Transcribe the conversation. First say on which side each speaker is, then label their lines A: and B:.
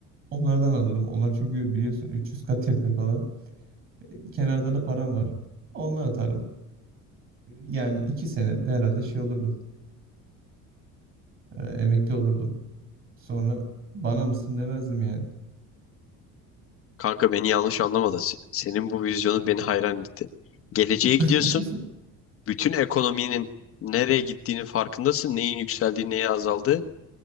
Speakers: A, on the right; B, on the left.
A: Onlardan alırım. Onlar çünkü biliyorsun 300 kat yapıyor falan. Kenarda da param var. Onunla atarım. Yani 2 senede herhalde şey olurdum. Ee, emekli olurdum. Sonra bana mısın demezdim yani.
B: Kanka beni yanlış anlama da se- senin bu vizyonun beni hayran etti. Geleceğe gidiyorsun.
A: <laughs>
B: bütün ekonominin nereye gittiğinin farkındasın. Neyin yükseldiği, neyin azaldığı.